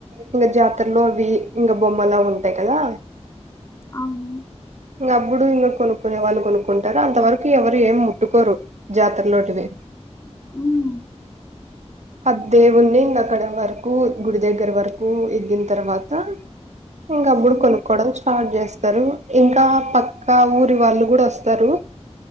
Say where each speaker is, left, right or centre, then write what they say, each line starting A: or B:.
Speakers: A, on the right (about 80°); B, on the left (about 25°).
A: ఇంగ జాతరలో అవి ఇంక బొమ్మలా ఉం టయ్ కదా
B: అవును
A: ఇంగ అప్పుడు ఇగ కొనుక్కునే వాళ్ళు కొనుక్కుంటారు అంతవరకు ఎవరు ఏం ముట్టుకోరు జాతరలోటివి
B: హ్మ్.
A: అ దేవుణ్ణి ఇంగ అక్కడ వరకు గుడి దగ్గర వరకు ఎగ్గిన తర్వాత ఇంకాప్పుడు
B: హ్మ్.
A: కొనుక్కోవడం స్టార్ట్ చేస్తారు ఇంకా పక్కా ఊరి వాళ్ళు కూడా వస్తారు